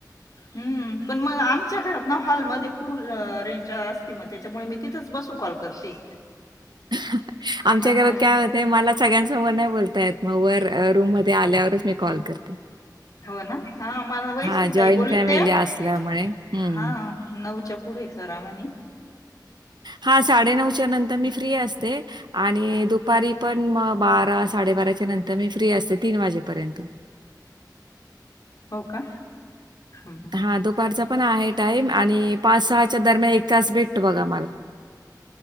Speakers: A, on the left; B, on the right.
A: हम्म पण मग आमच्या घरात ना हॉलमध्ये फूर रेंज. अस मग त्याच्यामुळे मी तिथेच बसून कॉल करते
B: <unintelligible> आमच्या
A: हा
B: घरात
A: हॉल
B: काय होते, मला सगळ्यांसमोर नाही बोलताय मग वर रूम म आल्यावरच मी कॉल. करते.
A: हो ना हा मला वैसल
B: हां, जॉइंट
A: तई बोल
B: फॅमिली
A: हा.
B: असल्यामुळे. हं.
A: नऊच्या पुढे खरा म्हणे.
B: हा साडेनऊच्या नंतर मी फ्री असते, आणि दुपारी पण म बारा साडे बाराच्या नंतर मी फ्री असते तीन वाजेपर्यंत.
A: हो का. हम्म.
B: हा दुपारचा पण आहे, टाइम आणि पाच सहाच्या दरम्यान एक तास भेटत बघा मला. <inaudible>